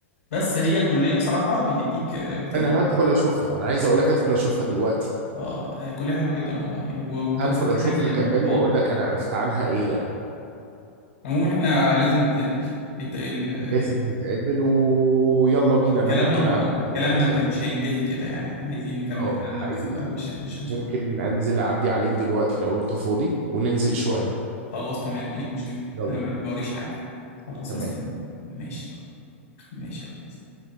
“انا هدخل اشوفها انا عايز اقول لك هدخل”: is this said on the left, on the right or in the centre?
Right